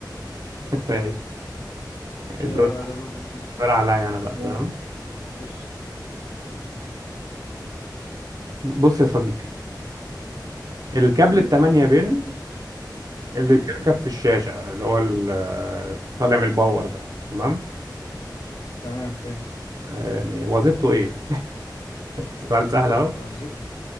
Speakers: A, on the right; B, on the left.
A: ماشي
B: كده
A: الدور
B: ده دور جديد
A: الدور عليا انا بقى تمام
B: قشطة
A: بص يا صديقي الكابل التمانية بين اللي
B: أمم،
A: بيركب في الشاشة اللي هو ال- طالع من الباور ده تمام
B: تمام فاهم
A: يعني وظيفته ايه سؤال سهل اهو
B: وظيفة